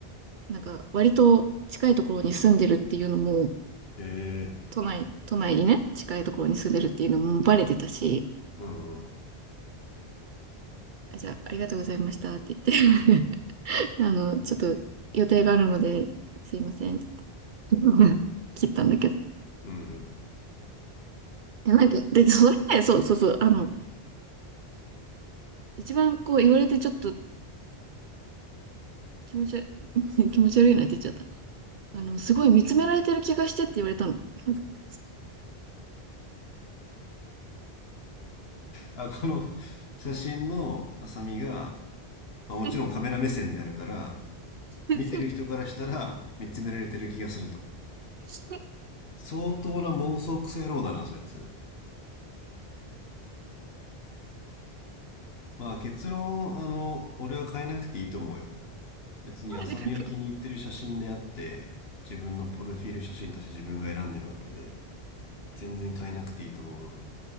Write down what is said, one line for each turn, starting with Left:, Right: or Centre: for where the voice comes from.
Right: なんか、割と近いところに住んでるっていうのも、
Left: ええ
Right: 都内、都内にね、近いところに住んでるっていうのもバレてたし、
Left: うんうん。
Right: あ、じゃあ、ありがとうございましたって言って <laughs> あの、ちょっと予定があるので、すいません。<laughs> 切ったんだけど。
Left: うんうん。
Right: いやなんか、で、それね、そうそうそう、あの、一番こう言われてちょっと気持ち悪い、<laughs> 気持ち悪いなって言っちゃった。あの、すごい見つめられてる気がしてって言われたの。<laughs>
Left: あ、この <laughs> 写真のあさみが、まあ、もちろんカメラ目線であるから、
Right: そうそう
Left: 見てる人からしたら見つめられてる気がすると。
Right: そう
Left: 相当な妄想癖野郎だな、そいつ。まあ結論、あの、俺は変えなくていいと思うよ。別に浅見が気に入ってる写真であって、
Right: ありがとう。
Left: 自分のプロフィール写真として自分が選んでるわけで、全然変えなくていいと思う。